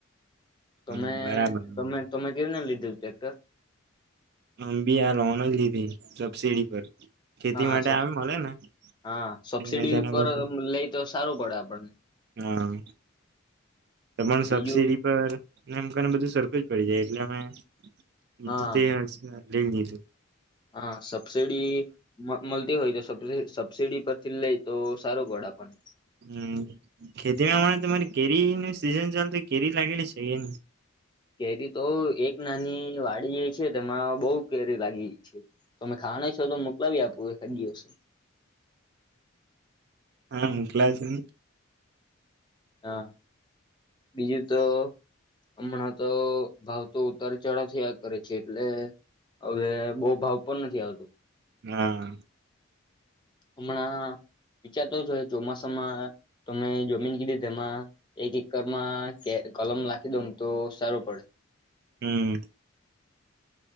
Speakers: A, on the left; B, on the right.
A: તમે
B: હમ બરાબર
A: તમે
B: બરાબર
A: તમે કેવીને લીધું. ટ્રેક્ટર.
B: હં બી આ લોન જ લીધી. સબસીિડી પર ખેતી
A: હા
B: માટે
A: સ
B: આવે મળે ને
A: હા સબસીડી
B: તેના
A: પર
B: પછી
A: લઈ તો સારું પડે આપણને.
B: હા તમા
A: બીજું
B: સબસીડી પરને એમ કને બધું સરકારું જ પડી જાય એટલે અમે બધ
A: હા
B: તે હશે લંગી જ
A: હા સબસીડી મળતી હોય તો સબડીબ સબસીડી પરથી લઈ તો સારું પળ આપણને.
B: હમ ખેતીમાંમણા તમારે કેરી ન સિઝન ચાાલ તો કેરી લાગેલી છે એ?
A: કેરી તો એક નાની વાડી જે છે તેમાં બહ કેરી લાગી છે. તમે ખાના છો તો મોકલાવી આપો. તંજિવસું
B: હા મોકલાવો છે ને.
A: હા. બીજું તો હમણાં તો ભાવ તો ઉતાર ચઢાવથીયા કરે છે એટલે હવે બહ ભાવ પણ નથી આવતો.
B: હા.
A: હમણાં વિચારતો છો ચોમાસામાં તમે જમીન કીધી તેમાં એક એકરમાં કલમ લખી દઉ તો સારું પડે.
B: હમ.